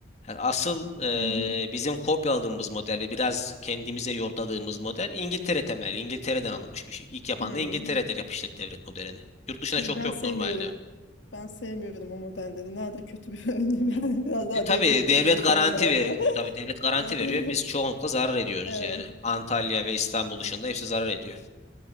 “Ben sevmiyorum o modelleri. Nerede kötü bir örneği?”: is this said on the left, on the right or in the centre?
Left